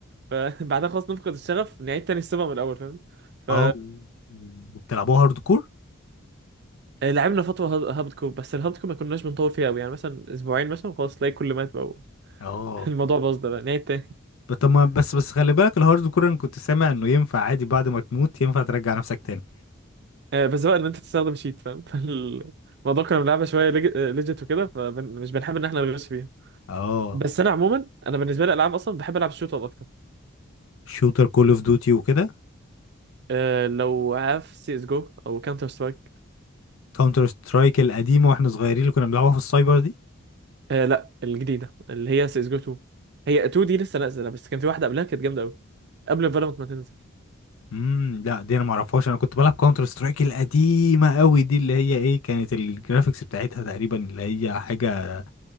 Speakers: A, on the right; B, on the left.
A: فبعدها <laughs> خلاص نفقد الشغف نعيد تاني السيرفر من الاول فاهمني ف
B: اه بتلعبوها هارد كور
A: آه، لعبنا فتره هاب- هابد كور بس الهابد كور ما كناش بنطول فيها قوي يعني مثلا اسبوعين مثلا خلاص تلاقي كل مات بقى و-
B: اه
A: <laughs> الموضوع باظ ده بقى نعيد تاني
B: ب- طب ما- بس بس خلي بالك الهارد كور انا كنت سامع انه ينفع عادي بعد ما تموت ينفع ترجع نفسك تاني
A: <laughs> آه، بس بقى ان انت تستخدم شيت فاهم <laughs> فالموضوع كنا بنلعبها شويه ليجيت وكده فمش بنحب ان احنا نغش فيها
B: اه
A: بس انا عموما انا بالنسبه لي الالعاب اصلا بحب العب الشوت اب اكتر
B: شوتر كول اوف ديوتي وكده
A: أه لو عارف سي اس جو او كاونتر سترايك
B: كاونتر سترايك القديمه واحنا صغيرين اللي كنا بنلعبها في السايبر دي
A: أه لا الجديده اللي هي سي اس جو 2 هي 2 دي لسه نازله بس كان في واحده قبلها كانت جامده قوي قبل فالورانت ما تنزل
B: امم لا دي انا ما اعرفهاش انا كنت بلعب كاونتر سترايك القديمه قوي دي اللي هي ايه كانت الجرافيكس بتاعتها تقريبا اللي هي حاجه